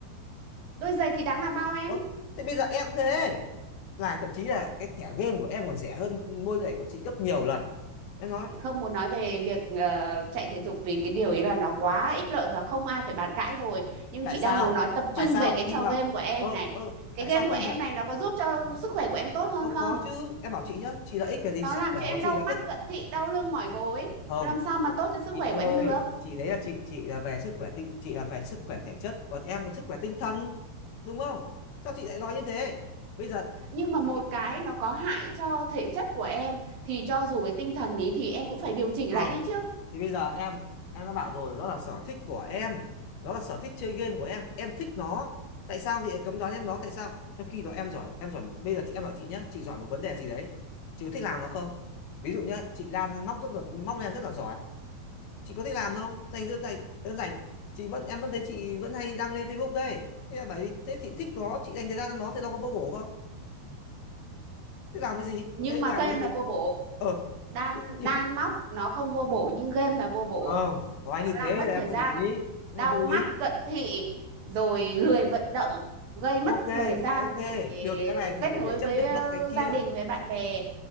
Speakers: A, on the right; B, on the left.
A: đôi giày thì đáng là bao em
B: Ơ, thế bây giờ em cũng thế là thậm chí là cái thẻ game của em còn rẻ hơn môi giày của chị gấp nhiều lần em nói
A: chị không muốn nói về việc ờ, chạy thể dục vì cái điều ý là nó quá ích lợi và không ai phải bàn cãi rồi nhưng
B: tại
A: chị
B: sao
A: đang muốn nói tập
B: tại
A: trung
B: sao
A: về cái trò
B: khi mà
A: game của em
B: ơ
A: này
B: ơ
A: cái
B: tại
A: game
B: sao
A: của
B: khi
A: em
B: mà
A: này nó có giúp cho
B: em bảo,
A: sức khỏe của em tốt hơn
B: "Ơ,
A: không
B: có chứ em bảo chị nhá chị lợi ích về gì
A: nó
B: sức
A: làm
B: khỏe
A: cho em
B: của
A: đau
B: chị là
A: mắt
B: tức
A: cận thị đau lưng mỏi gối
B: không
A: làm sao mà tốt cho sức
B: chị
A: khỏe
B: ơi
A: của em được
B: chị đấy là chị chị là về sức khỏe tinh chị là về sức khỏe thể chất còn em là sức khỏe tinh thần đúng không sao chị lại nói như thế bây giờ
A: Nhưng mà một cái nó có hại cho thể chất của em thì cho dù cái tinh thần ý thì em cũng phải điều chỉnh
B: không
A: lại đi chứ.
B: thì bây giờ em em đã bảo rồi đó là sở thích của em đó là sở thích chơi game của em em thích nó tại sao chị lại cấm đoán em nó tại sao trong khi đó em giỏi em giỏi bây giờ chị em bảo chị nhé chị giỏi một vấn đề gì đấy chị có thích làm nó không ví dụ nhé chị Lan móc rất là móc len rất là giỏi chị có thích làm không dành rất dành rất dành chị vẫn em vẫn thấy chị vẫn hay đăng lên Facebook đây thế là bởi vì thế chị thích nó chị dành thời gian cho nó thế nó có vô bổ không thế làm cái gì
A: Nhưng
B: cái
A: mà
B: làm
A: game
B: cái
A: là
B: gì
A: vô bổ.
B: ờ
A: Đan
B: <laughs>
A: đan móc nó không vô bổ nhưng game là vô bổ.
B: không nói
A: Nó
B: như
A: làm
B: thế
A: mất
B: là
A: thời
B: em
A: gian,
B: không đồng ý nên
A: đau
B: vô
A: mắt,
B: lý
A: cận thị rồi lười vận động, gây mất
B: ok
A: thời gian
B: ok
A: để
B: được cái này thì
A: kết
B: phải
A: nối với
B: chấp nhận
A: ờ,
B: mất cái kia
A: gia đình với bạn bè.